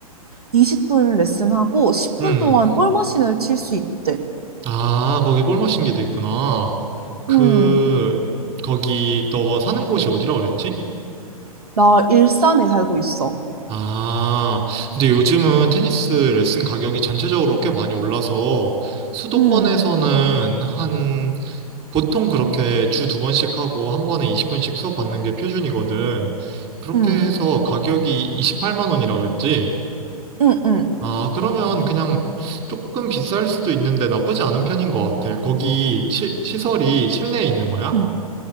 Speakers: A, on the right; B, on the right.
A: 20분 레슨하고 10분
B: 응.
A: 동안 볼 머신을 칠 수 있대.
B: 아, 거기 볼 마신 게도 있구나. 그,
A: 음,
B: 거기 너가 사는 곳이 어디라 그랬지?
A: 나 일산에 살고 있어.
B: 아, 근데 요즘은 테니스 레슨 가격이 전체적으로 꽤 많이 올라서 수도권에서는
A: 음,
B: 한, 보통 그렇게 주 두 번씩 하고 한 번에 20분씩 수업 받는 게 표준이거든. 그렇게
A: 음,
B: 해서 가격이 28만 원이라 그랬지?
A: 음, 음,
B: 아, 그러면 그냥 조금 비쌀 수도 있는데 나쁘지 않은 편인 것 같아. 거기 시, 시설이 실내에 있는 거야?
A: 음.